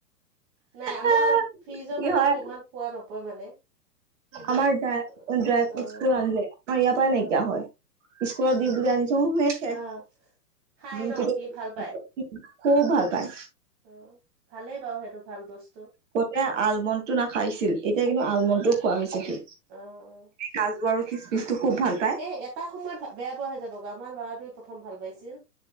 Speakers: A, on the right; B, on the right.
A: নাই আমাৰ
B: কি
A: ফ্ৰিজৰ পানীটো
B: হয়
A: ইমান খোৱা নপৰে মানে। ফ্ৰিজত
B: আমাৰ ডা,
A: অ',
B: ই ড্ৰাই ফ্ৰুটচবোৰ
A: অ',
B: আনিলে আমাৰ ইয়াৰ পৰা
A: অ',
B: নাইকিয়া হয়। স্কুলত দি বুলি আনি থও এ শেষ
A: অ', খাই
B: <unintelligible>
A: ন সি ভাল পায়
B: খুব ভাল পায়।
A: অ' ভালেই বাৰু সেইটো ভাল বস্তু।
B: কতে আলমণ্ডটো নাখাইছিল এতিয়া কিন্তু আলমণ্ডটোও খোৱা হৈছে সি।
A: অ', অ'।
B: কাজু আৰু খিচমিচটো খুব ভাল পায়।
A: এ এটা সময়ত বেয়া পোৱা হৈ যাব আমাৰ ল'ৰাটোৱে প্ৰথম ভাল পাইছিল।